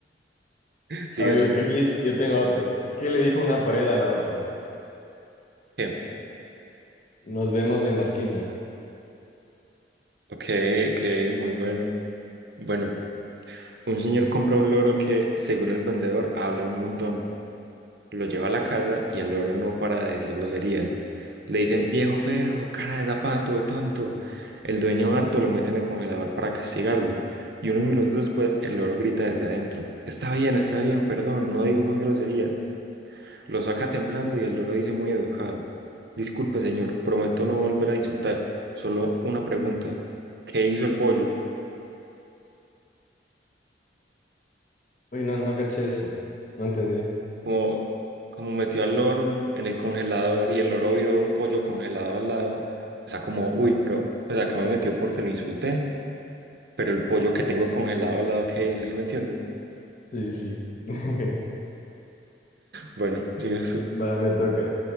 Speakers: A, on the right (about 60°); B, on the left (about 45°).
A: Sigues
B: A ver,
A: tú.
B: aquí yo tengo otro. ¿Qué le dijo una pared a la otra?
A: Bien.
B: Nos vemos en la esquina.
A: Ok, ok, muy bueno. Bueno, un señor compra un loro que, según el vendedor, habla un montón. lo lleva a la casa y el loro no para de decir groserías. Le dice, viejo feo, cara de zapato, tonto. El dueño harto lo mete en el congelador para castigarlo. Y unos minutos después, el loro grita desde adentro. Está bien, está bien, perdón, no digo más groserías. Lo saca temblando y el loro dice muy educado. Disculpe, señor, prometo no volver a insultar. Solo una pregunta. ¿Qué hizo el pollo?
B: Uy, no, no caché ese. No entendí.
A: como, como metió al loro en el congelador y el loro vio un pollo congelado al lado, está como, uy, pero pues acá me metió porque lo insulté, pero el pollo que tengo congelado al lado, ¿qué hizo? ¿Sí me entiendes?
B: Sí, sí. <laughs>
A: Bueno, sigue su
B: Va, me toca.